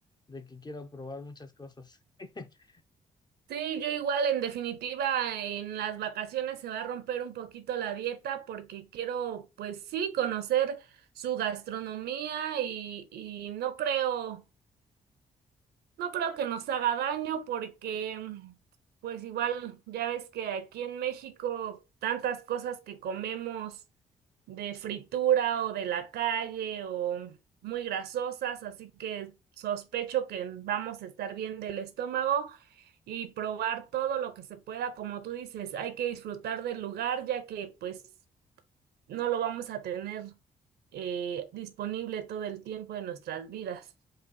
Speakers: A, on the left (about 25°); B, on the right (about 65°).
A: de que quiero probar muchas cosas. <laughs>
B: Sí, yo igual, en definitiva, en las vacaciones se va a romper un poquito la dieta porque quiero, pues sí, conocer su gastronomía y, y no creo. No creo que nos haga daño porque, mm, pues igual, ya ves que aquí en México tantas cosas que comemos de fritura o de la calle o muy grasosas, así que sospecho que vamos a estar bien del estómago y probar todo lo que se pueda, como tú dices, hay que disfrutar del lugar ya que pues no lo vamos a tener eh, disponible todo el tiempo de nuestras vidas.